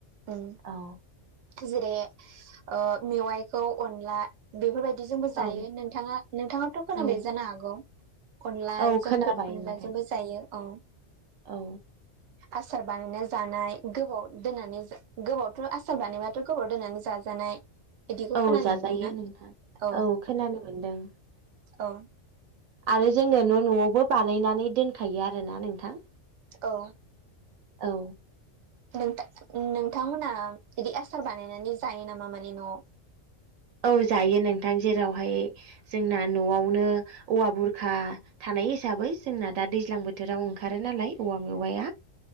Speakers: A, on the right (about 65°); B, on the right (about 85°).
A: उम
B: औ
A: जेरै ओ मेवाइखौ अनला बेफोरबायदिजोंबो जायो
B: औ
A: नोंथाङा नोंथाङाथ खोनाबाय
B: औ
A: जानो हागौ अनलाजोंबो
B: औ खोनाबाय
A: अनलाजोंबो
B: नोंथां
A: जायो औ
B: औ
A: आसार बानायना जानाय गोबाव दोननानै जा गोबावथ आसार बानायबा थ गोबाव दोननानै जाजानाय इदिखौ
B: औ
A: खोनानो
B: जाजायो
A: मोनदोंना
B: नोंथां
A: औ
B: खोनानो मोनदों
A: औ
B: आरो जोङो न' न'आवबो बानायनानै दोनखायो आरोना नोंथां
A: औ
B: औ
A: नोंथा नोंथांमोनहा इदि आसार बानायनानै जायो नामा माने न'आव
B: औ जायो नोंथां जेरावहाय जोंना न'आवनो औवा बुरखा थानाय हिसाबै जोंना दा दैज्लां बोथोराव ओंखारो नालाय औवा मेवाया